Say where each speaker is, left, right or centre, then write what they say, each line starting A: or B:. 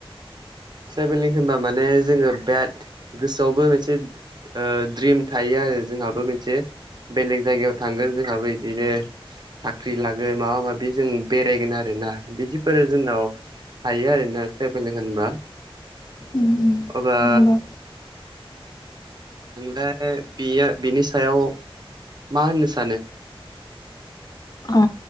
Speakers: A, on the right; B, on the left.
A: ट्रेभेलिं होनबा माने जोङो बिराद गोसोआवबो मोनसे ओ द्रिम थायो आरो जोंहाबो मोनसे बेलेग जायगायाव थांगोन जोंहाबो बिदिनो साख्रि लागोन माबा माबि जों बेरायगोन आरोना बिदिफोर जोंनाव हायो आरोना ट्रेभलिं होनबा
B: उम
A: अब्ला
B: नंगौ
A: नोंलाय बेयो बिनि सायाव मा होननो सानो
B: अ